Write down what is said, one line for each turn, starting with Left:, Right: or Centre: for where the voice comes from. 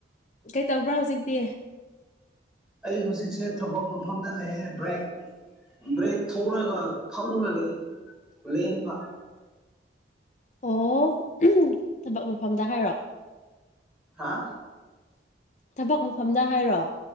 Left: ꯀꯩꯇꯧꯕ꯭ꯔꯥ ꯍꯧꯖꯤꯛꯇꯤ꯫
Centre: ꯑꯩ ꯍꯧꯖꯤꯛꯁꯦ ꯊꯕꯛ ꯃꯐꯝꯗ ꯂꯩꯌꯦꯦ ꯕ꯭ꯔꯦꯛ꯫ ꯕ꯭ꯔꯦꯛ ꯊꯣꯛꯂꯒ ꯐꯝꯂꯨ ꯍꯂ ꯂꯦꯟꯕ
Left: ꯑꯣ ꯊꯕꯛ ꯃꯐꯝꯗ ꯍꯥꯏꯔꯣ
Centre: ꯍꯥ
Left: ꯊꯕꯛ ꯃꯐꯝꯗ ꯍꯥꯏꯔꯣ